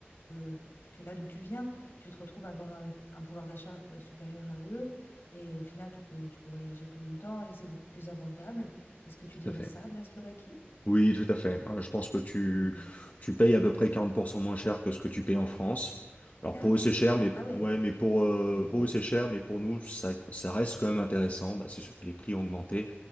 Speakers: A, on the left; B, on the left.
A: euh, que là d'où tu viens, tu te retrouves à avoir un, un pouvoir d'achat euh, supérieur à eux. Et au final, tu peux, tu peux voyager plus longtemps et c'est beaucoup plus abordable. Est-ce que tu
B: Tout
A: dirais
B: à fait.
A: ça de la Slovaquie?
B: Oui, tout à fait. Euh, Je pense que tu,
A: Hmm.
B: tu payes à peu près 40% moins cher que ce que tu payes en France. Alors
A: quarante
B: pour eux c'est
A: pour
B: cher,
A: cent
B: mais
A: Ah ouais.
B: ouais, mais pour, euh,
A: Hmm.
B: pour eux c'est cher, mais pour nous ça, ça reste quand même intéressant. Bah, c'est sûr que les prix ont augmenté,